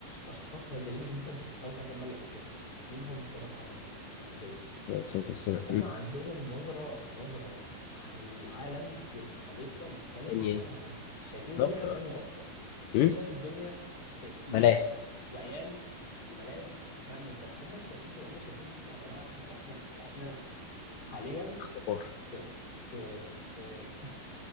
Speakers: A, on the left; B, on the left.
A: أشخاص نادرين جدا في الكوكب هم اللي عندهم منهم سيدنا محمد مثلا والأنبياء
B: عليه الصلاه والسلام
A: هم
B: مم.
A: عندهم نظرة نظرة عن العالم والخليقة مختلفة
B: يعني
A: تماما عنك شايفين
B: بالظبط
A: الدنيا حاجة
B: اه
A: تانية أصلا
B: مم.
A: أنت شايف الدنيا آه، فلوس
B: ملاهي
A: وعيال وملاذ وكلام من ده هم مش شايفين كده هم شايفين إن إحنا يا جماعة إحنا إحنا إحنا حاليا
B: اختبار
A: في في في في